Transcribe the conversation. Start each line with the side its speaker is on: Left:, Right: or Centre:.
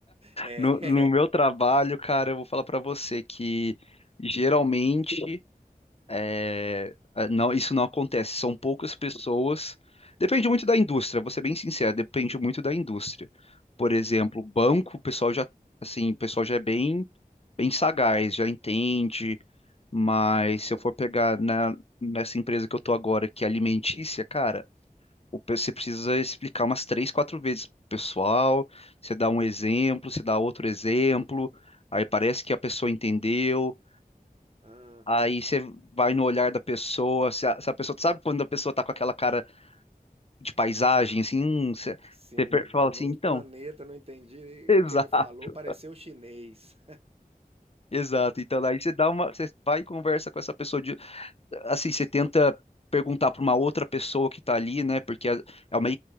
Right: É.
Left: No, no meu trabalho, cara, eu vou falar pra você que geralmente é, é, não, isso não acontece. São poucas pessoas. Depende muito da indústria, vou ser bem sincero, depende muito da indústria. Por exemplo,
Right: Hum,
Left: banco, o pessoal já, assim, o pessoal já é bem, bem sagaz, já entende. Mas
Right: aham.
Left: se eu for pegar na, nessa empresa que eu tô agora, que é alimentícia, cara o pe- você precisa explicar umas três, quatro vezes pro pessoal, você dá um exemplo, você dá outro exemplo, aí parece que a pessoa entendeu,
Right: Ah,
Left: aí você vai no olhar da pessoa, se a, se a pessoa, sabe quando a pessoa tá com aquela cara de paisagem, assim, hum, você,
Right: sim,
Left: você per- fala
Right: tô
Left: assim,
Right: no outro
Left: então,
Right: planeta, não entendi
Left: <laughs> exato,
Right: o que ele falou, pareceu chinês.
Left: exato, então daí você dá uma, você vai e conversa com essa pessoa de assim, você tenta perguntar para uma outra pessoa que está ali, né? Porque é é uma,